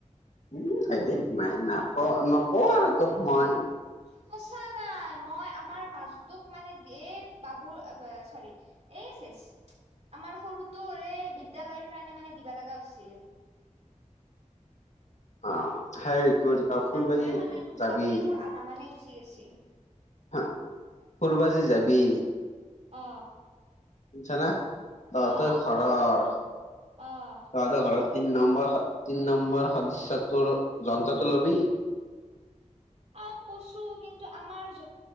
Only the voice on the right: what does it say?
সঁচা নাই, মই আমাৰ মাজতোক মানে দিয়ে বাবুল চৰি এই আমাৰ সৰু তোৰৰে বিদ্যালয়ৰ কাৰণে মানে দিব লগা হৈছিল।
তাকে
মানে
তাকে মোৰ আধা মানে গুচি গৈছে।
অ।
অ', শুনছো
অ'।
অ কছো। কিন্তু আমাৰ